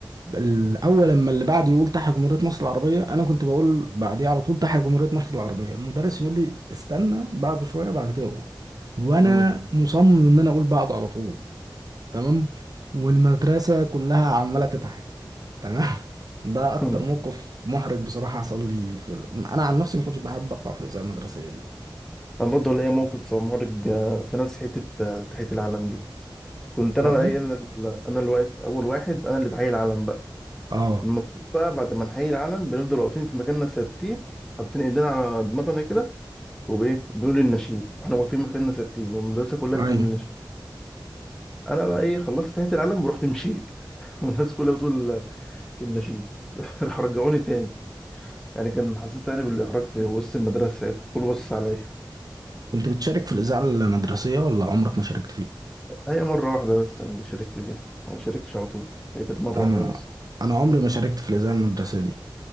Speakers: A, on the right (about 50°); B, in the centre.
A: الاول لما اللي بعد يقول تحيا جمهورية مصر العربية انا كنت بقول بعديه على طول تحيا جمهورية مصر العربية المدرس يقول لي استنى بعده شوية بعد كده اقول وانا
B: امم
A: مصمم ان انا اقول بعده على طول تمام والمدرسة كلها عمالة تضحك تمام <laughs> ده اكتر
B: <laughs>
A: موقف محرج بصراحة حصل لي في ال- انا عن نفسي ما كنتش بحب اطلع في الإذاعة المدرسية دي
B: انا برضه ليا موقف محرج آه، في نفس حته آه، تحيه العلم دي كنت انا
A: برضو
B: بقى إيه، انا ال- انا اللي واقف اول واحد انا اللي بحيي العلم بقى
A: اه
B: المفروض بقى بعد ما نحيي العلم بنفضل واقفين في مكاننا ثابتين حاطين ايدينا على دماغنا كده وبايه بنقول النشيد واحنا واقفين مكاننا ثابتين والمدرسه كلها
A: ايوه
B: بتقول النشيد انا بقى ايه خلصت تحيه العلم ورحت مشيت <laughs> والناس كلها بتقول النشيد <laughs> راح رجعوني تاني يعني كان حسيت تاني بالاحراج في وسط المدرسه ساعتها كله بص عليا
A: كنت بتشارك في الإذاعة المدرسية ولا عمرك ما شاركت فيها
B: هي مرة واحدة بس اللي شاركت فيها أنا ما شاركتش على طول هي كانت مرة
A: انا
B: واحدة بس
A: انا عمري ما شاركت في الاذاعه المدرسيه دي